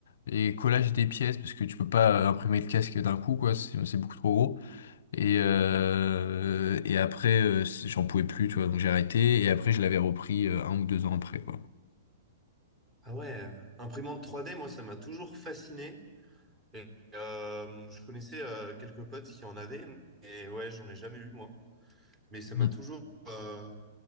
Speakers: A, on the left; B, on the right.
A: et collage des pièces, parce que tu peux pas euh, imprimer le casque d'un coup, quoi, c'est c'est beaucoup trop gros. Et, euh, et après, euh, c- j'en pouvais plus, tu vois, donc j'ai arrêté. Et après, je l'avais repris euh, un ou deux ans après, quoi.
B: Ah ouais. Imprimante 3D, moi, ça m'a toujours fasciné. Et euh, je connaissais euh, quelques potes qui en avaient, et ouais, j'en ai jamais eu moi. Mais ça m'a
A: Mm.
B: toujours, euh,